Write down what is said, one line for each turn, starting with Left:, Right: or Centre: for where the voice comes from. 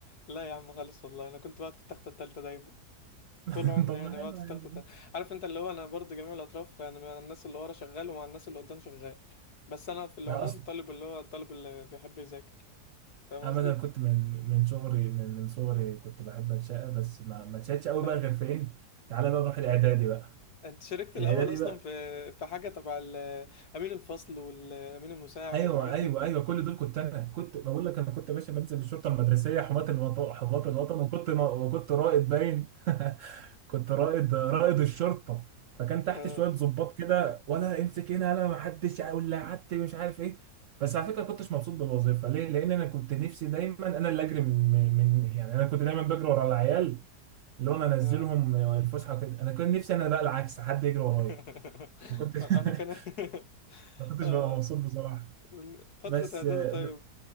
Left: لا يا عم خالص والله انا كنت بقعد في التخته التالتة دايما
Right: <laughs>
Left: طول عمري
Right: طب ما
Left: انا
Right: حلو
Left: بقعد في
Right: يعني
Left: التخته التالتة عارف انت اللي هو انا برضو جميع الاطراف يعني مع الناس اللي ورا شغال ومع الناس اللي قدام شغال بس انا في العموم
Right: لا اصلا
Left: طالب اللي هو الطالب اللي بيحب يذاكر فاهم
Right: انا
Left: قصدي
Right: مثلا كنت من من صغري من من صغري كنت بحب اتشقى بس ما ما اتشقتش قوي
Left: طب
Right: بقى غير فين تعالى بقى نروح الاعدادي بقى
Left: انت شاركت الاول
Right: الاعدادي
Left: اصلا
Right: بقى
Left: في في حاجه تبع ال- امين الفصل والامين المساعد
Right: ايوه
Left: والحاجات
Right: ايوه
Left: دي
Right: ايوه كل دول كنت انا كنت بقول لك انا كنت يا باشا بنزل الشرطه المدرسيه حماة الوطن حماة الوطن وكنت نا- وكنت رائد باين <laughs> كنت رائد رائد الشرطه فكان تحت
Left: <laughs>
Right: شويه ضباط
Left: <laughs>
Right: كده ولا امسك هنا انا ما حدش ع- ولا قعدت مش عارف ايه بس على فكره ما كنتش مبسوط بالوظيفه ليه لان انا كنت نفسي دايما انا اللي اجري من من من- يعني انا كنت دايما بجري ورا العيال اللي هو انا انزلهم
Left: اه
Right: الفسحه كده انا كنت نفسي انا بقى العكس حد يجري ورايا
Left: <laughs>
Right: ما كنتش
Left: انا كان
Right: <laughs>
Left: <laughs>
Right: ما كنتش
Left: اه
Right: ببقى مبسوط بصراحه
Left: من فترة
Right: بس
Left: اعدادي
Right: آه،
Left: طيب